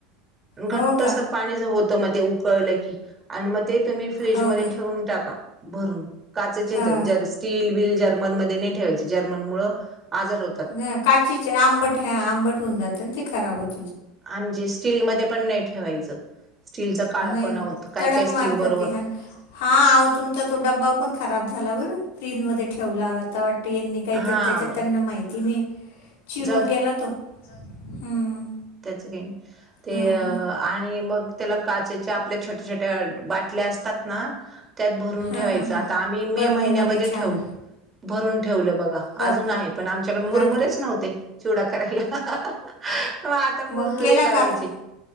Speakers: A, on the right (about 25°); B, on the left (about 75°).
A: घट्ट
B: हो का
A: सारखं पाणीच होतं मग ते उकळलं की आणि मग ते तुम्ही फ्रीजमध्ये
B: हो का.
A: ठेवून टाका भरून. काचेचे
B: हा
A: हेच्यात स्टील बिल जर्मनमध्ये नाही ठेवायचे जर्मन मुळ आजार होत
B: ह काचीचे आंबट ह आंबट होऊन जातं ते खराब होत
A: आणि जे स्टीलमध्ये पण नाही ठेवायचं स्टीलच काळा
B: नाही
A: पण
B: ना
A: होत काय
B: तडक
A: काय स्टील
B: मारतं
A: बरोबर
B: ते हा ना. हा आओ तुमचा तो डब्बा पण खराब झाला बर फ्रीजमध्येध्ये ठेवला तावा टी यांनी काहीतर
A: हा
B: त्याच्यात
A: मग
B: त्यांना काही माहिती नाही चिरून
A: जाऊ दे
B: गेला तो हम्म
A: त्याच काही नाही ते
B: हम्म.
A: आणि मग त्याला काचे च्या आपल्या छोट्या छोट्या बाटल्या असत ना त्यात भरून
B: हां
A: ठेवायच
B: हां हां
A: आता आम्ही मे
B: बर्नीमध्ये
A: महिन्यामध्ये
B: छान
A: ठेवल भरून ठेवलं बघा
B: बापरे
A: अजून आहे पण आमच्याकडे मुरमरेच
B: हा का
A: नव्हते चिवडा करायला. हा हा मग आता मुरमुरे
B: मग केला
A: करायचे.
B: का आता